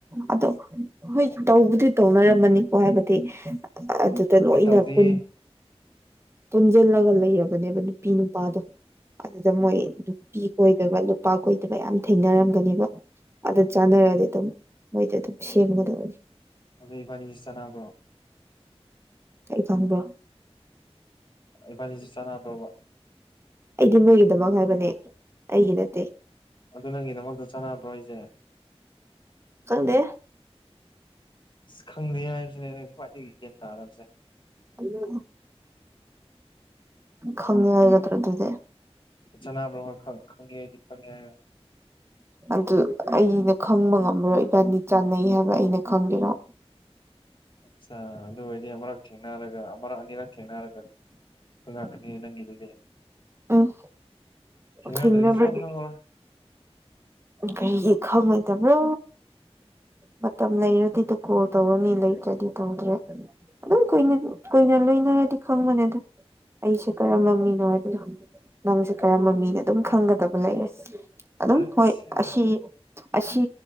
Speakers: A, on the right; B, on the left.
A: ꯑ ꯍꯣꯏ ꯇꯧꯕꯗꯤ ꯇꯧꯅꯔꯝꯃꯅꯤꯀꯣ ꯍꯥꯏꯕꯗꯤ ꯑꯗꯨꯗ ꯂꯣꯏꯅ
B: ꯑꯩ ꯇꯧꯗꯦꯍꯦ
A: ꯄꯨ ꯄꯨꯟꯁꯤꯜꯂꯒ ꯂꯩꯔꯕꯅꯦꯕ ꯅꯨꯄꯤ ꯅꯨꯄꯥꯗꯣ ꯑꯗꯨꯗ ꯃꯣꯏ ꯅꯨꯄꯤ ꯀꯣꯏꯗꯕ ꯅꯨꯄꯥ ꯀꯣꯏꯗꯕ ꯌꯥꯝ ꯊꯦꯡꯅꯔꯝꯒꯅꯦꯕ ꯑꯗꯨ ꯆꯥꯟꯅꯔꯗꯤ ꯑꯗꯨꯝ ꯃꯣꯏꯗꯤ ꯑꯗꯨꯝ ꯁꯦꯝꯒꯗꯕꯅꯤ
B: ꯑꯗꯨ ꯏꯕꯥꯅꯤꯁꯤ ꯆꯥꯟꯅꯕ꯭ꯔꯣ
A: ꯑꯩ ꯈꯪꯕ꯭ꯔ
B: ꯏꯕꯅꯤꯁꯨ ꯆꯅꯥꯕꯕ
A: ꯑꯩꯗꯤ ꯅꯣꯏꯒꯤꯗꯃꯛ ꯍꯥꯏꯕꯅꯦ ꯑꯩꯒꯤ ꯅꯠꯇꯦ
B: ꯑꯗꯨ ꯅꯪꯒꯤꯗꯃꯛꯇ ꯆꯥꯟꯅꯕ꯭ꯔꯣ ꯑꯩꯁꯦ
A: ꯈꯥꯡꯗꯦ
B: ꯑꯁ ꯈꯪꯗꯦ ꯍꯥꯏꯕꯁꯤꯅꯦ ꯑꯩꯅ ꯈ꯭ꯋꯥꯏꯗꯒꯤ ꯒ꯭ꯌꯥꯟ ꯇꯥꯔꯕꯁꯦ
A: ꯑꯗꯨ ꯈꯪꯅꯤꯡꯉ ꯍꯥꯏꯒꯗ꯭ꯔꯥ ꯑꯗꯨꯗꯤ
B: ꯆꯅꯕ꯭ꯔꯣꯏ ꯈꯪꯉꯦ ꯑꯩꯗꯤ ꯈꯪꯉꯦ
A: ꯑꯗꯨ ꯑꯩꯅ ꯈꯪꯕ ꯉꯝꯃꯔꯣꯏ ꯏꯕꯥꯅꯤ ꯆꯥꯟꯅꯩ ꯍꯥꯏꯕ ꯑꯩꯅ ꯈꯪꯗꯦꯔꯣ
B: ꯑꯠꯆꯥ ꯑꯗꯨ ꯑꯣꯏꯔꯗꯤ ꯑꯃꯔꯛ ꯊꯦꯡꯅꯔꯒ ꯑꯃꯔꯛ ꯑꯅꯤꯔꯛ ꯊꯦꯡꯅꯔꯒ ꯍꯅꯤ ꯅꯪꯗꯦ
A: ꯎꯝ
B: ꯍꯦꯡꯗꯔꯤꯗꯤ
A: ꯊꯦꯡꯅꯕꯒꯤ
B: ꯆꯄ ꯈꯪꯔ
A: ꯀꯔꯤ ꯈꯪꯉꯣꯏ ꯇꯕ꯭ꯔꯣ ꯃꯇꯝ ꯂꯩꯔꯗꯤꯗ ꯀꯣꯜ ꯇꯧꯔꯅꯤ ꯂꯩꯇ꯭ꯔꯗꯤ ꯇꯧꯗ꯭ꯔꯦ ꯑꯗꯨꯝ ꯀꯨꯏꯅ ꯀꯨꯏꯅ ꯂꯣꯏꯅꯔꯗꯤ ꯈꯪꯕꯅꯦ ꯑꯗꯨꯝ ꯑꯩꯁꯦ ꯀꯔꯝꯕ ꯃꯤꯅꯣ ꯍꯥꯏꯕꯗꯣꯪ ꯅꯪꯁꯦ ꯀꯔꯝꯕ ꯃꯤꯅꯣ ꯑꯗꯨꯝ ꯈꯪꯒꯗꯕ ꯂꯩꯔꯁꯦ ꯑꯗꯨꯝ
B: ꯑꯠꯆꯥ
A: ꯍꯣꯏ ꯑꯁꯤ ꯑꯁꯤ